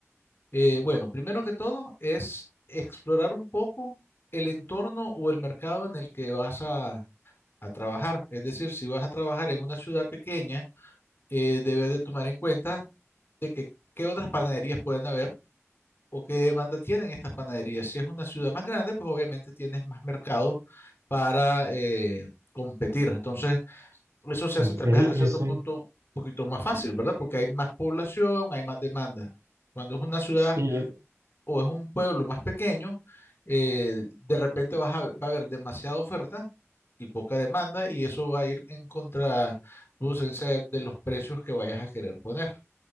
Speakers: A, on the left; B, on the right.
A: Eh, bueno, primero que todo es explorar un poco el entorno o el mercado en el que vas a, a trabajar. Es decir, si vas a trabajar en una ciudad pequeña, eh, debes de tomar en cuenta de que qué otras panaderías pueden haber o qué demanda tienen estas panaderías. Si es una ciudad más grande, pues obviamente tienes más mercado para eh, competir. Entonces, eso se
B: ok,
A: hace tal
B: en
A: vez hasta cierto
B: ese,
A: punto un poquito más fácil, ¿verdad? Porque hay más población, hay más demanda. Cuando es una ciudad
B: sí.
A: o es un pueblo más pequeño, eh, de repente vas a- va a haber demasiada oferta y poca demanda y eso va a ir en contraproducencia de, de los precios que vayas a querer poner.